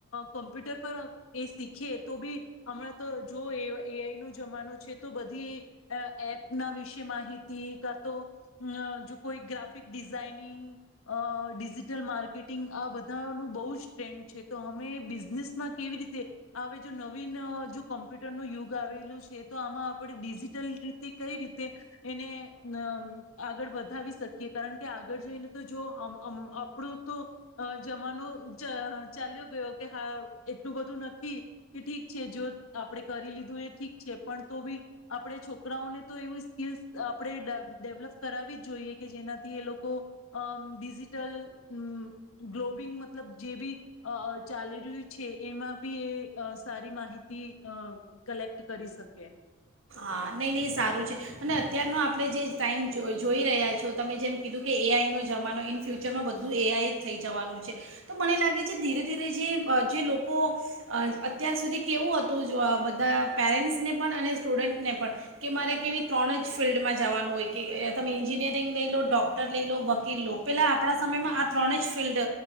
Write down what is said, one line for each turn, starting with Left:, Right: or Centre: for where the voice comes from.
Left: કમ્પ્યુટર પર એ શીખીએ તો બી હમણાં તો જો એ એ આઈ નો જમાનો છે તો બધી એપના વિશે માહિતી કા તો અ જો કોઈ graphic designing uh digital marketing આ બધાનું બહુ જ ટ્રેન્ડ છે તો અમે બિઝનેસમાં કેવી રીતે આવે જો નવી ન જો કોમ્પ્યુટર નું યુગ આવેલું છે, તો આમાં આપણે ડિજિટલ રીતે કઈ રીતે એને ન આગળ વધાવી શકીએ કારણ કે આગળ જઈને તો જો આમ આપણો તો જમાનો ચ ચાલ્યો ગયો કે હા એટલું બધું નથી કે ઠીક છે. જો આપણે કરી લીધું એ ઠીક છે પણ તો બી આપણે છોકરાઓને તો એવું સ્કીલ્સ આપણે ડેવ ડેવલપ કરાવવી જ જોઈએ કે જેનાથી એ લોકો અ ડિજિટલમ ગ્લોબિંગ મતલબ જે બી ચાલી રહ્યું છે એમાં બી એ સારી માહિતી અ કલેક્ટ કરી શકે.
Right: હા નહીં નહીં સારું છે અને અત્યારનો આપણે જે ટાઈમ જો જોઈ રહ્યા છો તમે જેમ કીધું કે એ આઈ નો જમાનો ઇન ફ્યુચરમાં બધું એ આઈ જ થઈ જવાનું છે તો મને લાગે છે ધીરે ધીરે જે જે લોકો અત્યાર સુધી કેવું હતું બધા પેરેન્ટ્સને પણ અને સ્ટુડન્ટ ને પણ કે મારે કેવી ત્રણ જ ફિલ્ડમાં જવાનું હોય કે તમે ઇન્જિનિયરિંગ લઈ લો ડૉક્ટર લઈ લો વકીલ લો પહેલાં આપણા સમયમાં આ ત્રણ જ ફિલ્ડ